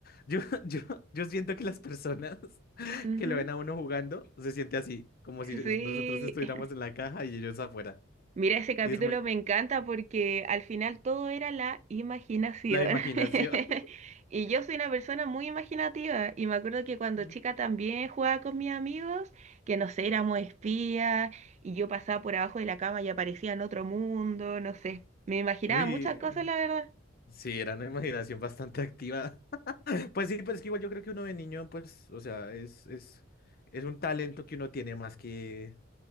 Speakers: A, on the left; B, on the right.
A: Yo, <laughs> yo, yo siento que las personas <laughs>
B: ujú,
A: que lo ven a uno jugando se siente así, como si
B: Sí.
A: nosotros estuviéramos
B: <laughs>
A: en la caja y ellos afuera.
B: Mira, ese capítulo
A: Y es muy,
B: me encanta porque al final todo era la imaginación.
A: la imaginación.
B: <laughs> Y yo soy una persona muy imaginativa y me acuerdo que cuando
A: <laughs>
B: chica también jugaba con mis amigos, que no sé, éramos espías y yo pasaba por abajo de la cama y aparecía en otro mundo, no sé. Me imaginaba
A: Uy,
B: muchas cosas, la verdad.
A: sí, era una imaginación bastante activa. <laughs> Pues sí, pero es que igual yo creo que uno de niño, pues, o sea, es, es, es un talento que uno tiene más que,